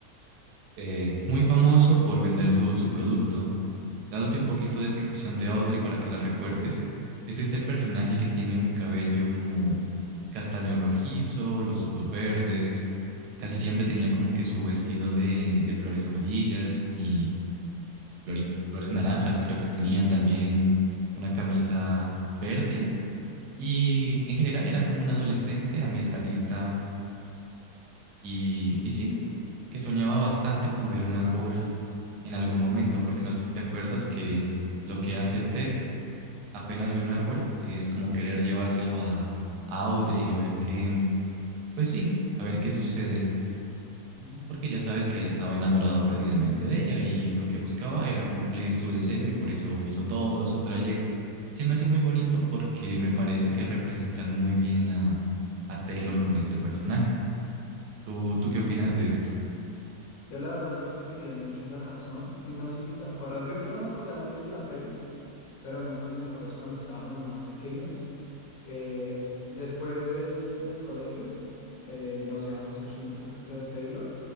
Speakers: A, on the right; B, on the left.
A: eh, muy famoso por vender su, su producto. Eh, dándote un poquito de descripción de Audrey para que la recuerdes, es este personaje que tiene un cabello como castaño rojizo, los ojos verdes, casi siempre tenía como que su vestido de, de flores amarillas y, y flori- flores naranjas, creo que tenía también una camisa verde y en general era como un adolescente ambientalista y, y sí, que soñaba bastante con ver un árbol en algún momento, porque no sé si te acuerdas que lo que hace Ted apenas ve un árbol es como querer llevárselo a, a Audrey a ver qué, pues sí, a ver qué sucede,
B: Mm.
A: porque ya sabes que él estaba enamorado perdidamente de ella y lo que buscaba era cumplir su deseo y por eso hizo todo su trayecto. Y se me hace muy bonito porque me parece que representan muy bien a, a Taylor con este personaje. ¿Tú, tú qué opinas de esto?
B: Yo la verdad pienso que tienes mucho la razón y no sé si te acuerdas, yo, yo no me acordaba muy bien de la peli, pero no sé si te acuerdas cuando estábamos más pequeños, que después del, del colegio eh, nos íbamos escuchando un poquito de Taylor,